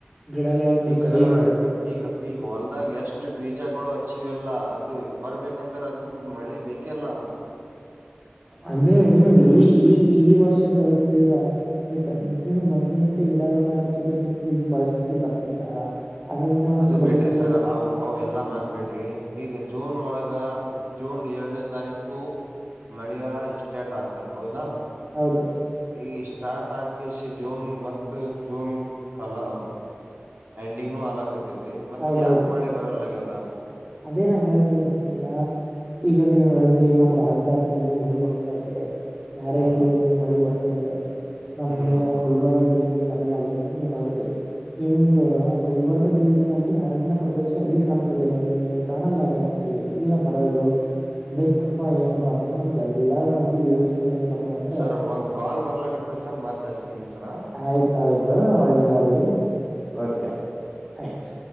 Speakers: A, in the centre; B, on the right (about 60°).
A: ಗಿಡಗಳನ್ನು
B: ಈಗ
A: ಕಡಿಬಾರ್ದು
B: ಸರ್ ಈ ಈಗ ಈಗ ಹೊಲ್ದಾಗ ಎಷ್ಟ್ ಅಷ್ಟು ಬೀಜಗಳು ಹಚ್ಚಿವಲ್ಲ ಅದು ಬರ್ಬೇಕಂದ್ರೆ ಅದಕ್ಕ ಮಳಿ ಬೇಕೆಲ್ಲ <inaudible>
A: ಅದೇ ನೀವು ಈ ಈಗ ಈ ವರ್ಷದ ಹೇಳ್ತಿದ್ದಿದರ ನೀವು ಕಂಟಿನ್ಯೂ ಮೊದ್ಲ್ ನಿಂತ ಗಿಡಗಳ ಹಾಚ್ಚಿದ್ರೆ ನಿಮ್ಗೆ ಇದು ಪರಿಸ್ಥಿತಿ ಬರ್ತಿತ್ತಾ ಅರಣ್ಯವನ್ನು
B: ಅದು ಬಿಟ್ರಿ
A: ಬಳಸ್ಬೇಕಂತ
B: ಸರ್ ಅವ ಅವ ಎಲ್ಲಾ ಮಾತ್ ಬಿಟ್ರಿ ಈಗ ಜೂನ್ ಒಳಗ ಜೂನ್ ಏಳನೇ ತಾರೀಕು ಮಳಿಗಾಲ ಎಷ್ಟೇಟ ಆತ ಹೌದಾ
A: ಹೌದು
B: ಈ ಸ್ಟಾರ್ಟ್ ಆಾಕಿಸಿ ಜೂನ್ ಮತ್ತ ಜೂನ್ ಕಲ ಎಂಡಿಂಗ್ನುೂ ಹಲಾಕತೈತಿ ಮತ್
A: ಹೌದೌದು
B: ಯಾಕ ಮಳೆ ಬರಲ್ಲಗ್ಯ ಅದ
A: ಅದೇನ ಹೇಳ್ದ ಹೋಗತೀನಿಲ್ಲ ಈಗ ನೀವು ಹೇಳಿದ್ರಿ ನಮ್ಮ್ ರಾಜಧಾನಿಯಲ್ಲಿ ಮಳಿ ಬರ್ತಾ ಇದೆ ಬೇರೆ
B: ಹ್ಮ್
A: ಕಡೆಯಲ್ಲಿ ಮಳಿ ಬರ್ತಾ ಸದ <inaudible> ನಮ್ದ
B: ಹ್ಮ್
A: ಗುಲ್ಬರ್ಗ ಡಿವಿಜನ್ ಬರಲ್ಲಾಗಿದೆ ಅಂತ ನೀವ್ ಹೇಳಿದ್ರಿ ನಿಮ್ಗ ಗುಲ್ಬರ್ಗ ಡಿವಿಜನ್ ಲ್ಲಿ ಅರಣ್ಯ ಪ್ರದೇಶ ಅಲ್ಲಿ ಕಾಣ್ತದೆ ಹೇಳ ನೀ ಕಾಣಲ್ಲ ಜಾಸ್ತಿ ಇಲ್ಲ ಮರಗಳು ಅದಕ್ಕಪ್ಪಾ ಏನಪ್ಪಾ ಅಂದ್ರೆ ನಮ್ದ ಎಲ್ಲಾ ಮಂದಿ ಯೋಚನೆ ಏನ ಪ್ಪ ಅಂದ್ರೆ
B: ಸರ್ ಒಂದ್ ಕಾಲ್ ಬರ್ಲಕತ್ತ ಸರ್ ಮತ್ ಹಚ್ತೀನಿ ಸರ
A: ಆಯ್ತು ಆಯ್ತು ಒಳ್ಳೇದಾಗ್ಲಿ ಓಕೆ ಥ್ಯಾಂಕ್ಸ್